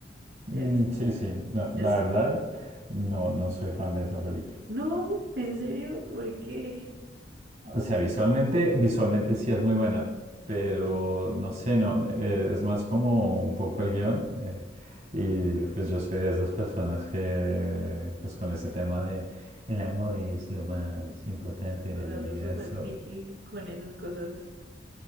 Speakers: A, on the right (about 65°); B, on the right (about 40°).
A: Es,
B: Mm, sí, sí, no,
A: es,
B: la verdad, no, no soy fan de esa película.
A: no, en serio, ¿por qué?
B: O sea, visualmente, visualmente sí es muy buena, pero no sé, no, eh, es más como un poco el guión. eh, y
A: Ok.
B: pues yo soy de esas personas que, pues con ese tema de el amor es lo más importante
A: O
B: del
A: sea,
B: universo,
A: soy súper picky con esas cosas.